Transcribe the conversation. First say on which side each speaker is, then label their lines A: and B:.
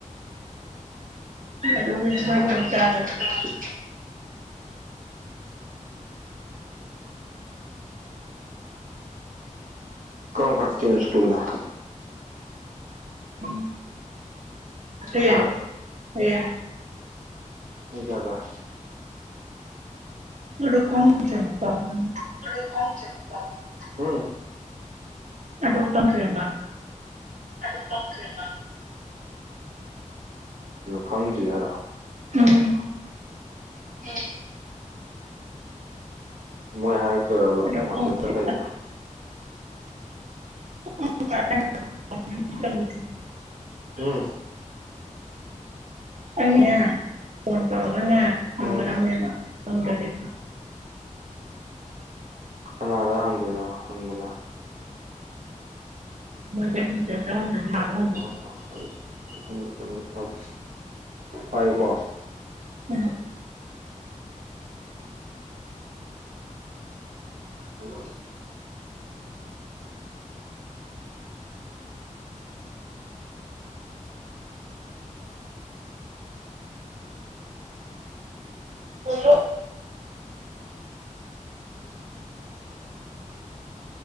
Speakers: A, on the right; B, on the right.
A: ꯑꯗꯨꯒꯤ ꯏꯕꯥꯅꯤꯇꯪ
B: ꯑꯣ
A: ꯇꯥꯔꯦꯕ
B: ꯀꯔꯝ ꯀ꯭ꯂꯥꯁ ꯇꯦꯟ ꯁ꯭ꯀꯨꯜꯗ
A: ꯎꯝ ꯑꯇꯩ
B: ꯍꯥ
A: ꯍꯣꯏꯌꯥꯏ
B: ꯍꯥꯏꯕ
A: <unintelligible>
B: ꯑꯗꯨ ꯀꯣꯡ ꯆꯦ ꯎꯝ
A: <unintelligible>
B: <unintelligible> ꯈꯪꯗꯔꯤ ꯍꯥꯏꯔꯣ
A: ꯎꯝ
B: ꯎꯝ ꯃꯣꯏ ꯍꯥꯏꯔꯛꯇꯣꯏꯔꯕ
A: ꯑꯗꯨ
B: ꯋꯥꯆꯦꯞꯇ
A: ꯈꯪꯗ꯭ꯔꯤ
B: ꯀꯩꯗ
A: <unintelligible>
B: ꯎꯝ
A: ꯑꯪꯅꯦ ꯐꯣꯟ ꯇꯧꯔꯒꯅꯦ ꯍꯪꯒꯗꯝꯅꯦꯕ
B: ꯎꯝ
A: ꯑꯃꯅꯦ
B: ꯀꯅꯥꯗ ꯍꯪꯗꯣꯏꯅꯣ ꯍꯪꯕꯅ
A: <unintelligible>
B: <unintelligible> ꯄꯥꯏꯌꯨꯀꯣ
A: ꯎꯝ
B: ꯍꯜꯂꯣ
A: <unintelligible>